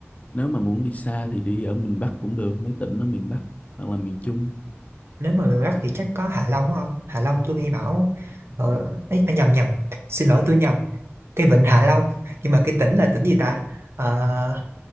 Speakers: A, on the left; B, on the right.
A: nếu mà muốn đi xa thì đi ở miền Bắc cũng được mấy tỉnh ở miền Bắc hoặc là miền Trung
B: nếu mà người Bắc thì chắc có Hạ Long đúng không Hạ Long tôi nghe bảo ờ, ấy, à, nhầm nhầm xin lỗi tôi nhầm cái vịnh Hạ Long nhưng mà cái tỉnh là tỉnh gì ta Ờ,